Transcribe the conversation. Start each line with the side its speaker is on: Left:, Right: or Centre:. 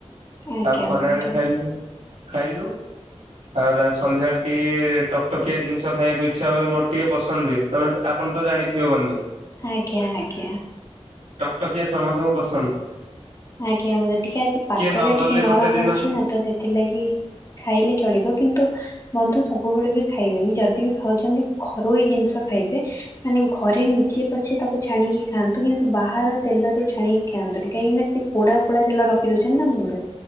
Left: ଆଜ୍ଞା
Right: ଆଉ ଖରାବେଳେ
Left: ବନ୍ଧୁ।
Right: ଖାଇଲୁ ଖାଇଲୁ ଆଉ ରା ସନ୍ଧ୍ୟାବେଳେ ଟିକେ ଟକ ଟକିଆ ଜିନିଷ ଖାଇଆକୁ ଇ ଚ୍ଛା ହୁଏ ମୋର ଟିକେ ପସନ୍ଦ ହୁଏ। ତମେ ତ ଆପଣ ତ ଜାଣିଥିବେ ବନ୍ଧୁ।
Left: ଆଜ୍ଞା ଆଜ୍ଞା।
Right: ଟକ ଟକିଆ ସମସ୍ତଙ୍କୁ ପସନ୍ଦ।
Left: ଆଜ୍ଞା ମୁଁ ଯ ଟିକେ ଆଜି ପାଗଟା
Right: ନ ଗଲେ
Left: ଟିକେ ନରମ
Right: ଗୋଟେ ଦିନ
Left: ଅଛି ନା ତ ସେଥିଲାଗି ଖାଇଲେ ଚଳିବ କିନ୍ତୁ ବନ୍ଧୁ ସବୁବେଳେ ବି ଖାଇବେନି ଯଦି ବି ଖାଉଛନ୍ତି ଘରୋଇ ଜିନିଷ ଖାଇବେ ମାନେ ଘରେ ନିଜେ ପଛେ ତାକୁ ଛାଣିକି ଖାଆନ୍ତୁ କିନ୍ତୁ ବାହାର ତେଲରେ ଛାଣିକି ଖାଆନ୍ତୁନି କାହିଁକିନା ସେ ପୋଡା ପୋଡା ତେଲ ରଖି ଦଉଛନ୍ତି ନା ବନ୍ଧୁ।